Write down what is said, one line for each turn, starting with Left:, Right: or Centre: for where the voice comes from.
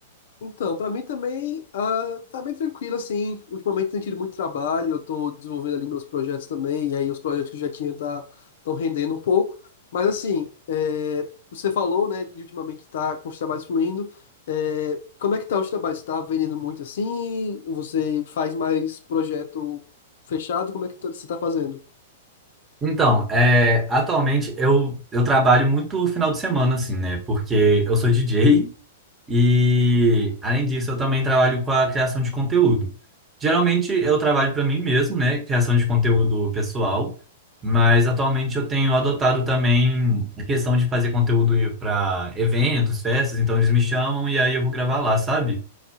Left: Então, para mim também ah, tá bem tranquilo, assim. Ultimamente tem tido muito trabalho, eu tô desenvolvendo ali meus projetos também, e aí os projetos que eu já tinha tá, estão rendendo um pouco. Mas assim, é, você falou, né, de ultimamente tá com os trabalhos fluindo. É, como é que tá os trabalhos? Tá vendendo muito assim? Você faz mais projeto fechado? Como é que tá- você tá fazendo?
Right: Então, é, atualmente eu, eu trabalho muito final de semana, assim, né, porque eu sou DJ, E, além disso, eu também trabalho com a criação de conteúdo. Geralmente, eu trabalho para mim mesmo, né? Criação de conteúdo pessoal. Mas, atualmente, eu tenho adotado também a questão de fazer conteúdo para eventos, festas. Então, eles me chamam e aí eu vou gravar lá, sabe?